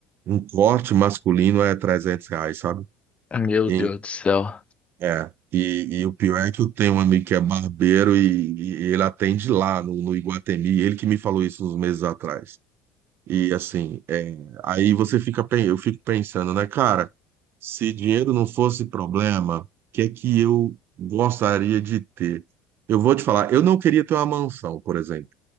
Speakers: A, on the right; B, on the left.
A: um corte masculino é 300 reais, sabe?
B: Meu
A: Em-
B: Deus do céu.
A: é. E, e o pior é que eu tenho um amigo que é barbeiro e, e ele atende lá no, no Iguatemi, ele que me falou isso uns meses atrás. E assim, é, aí você fica, pen- eu fico pensando, né, cara, se dinheiro não fosse problema, o que é que eu gostaria de ter? Eu vou te falar, eu não queria ter uma mansão, por exemplo.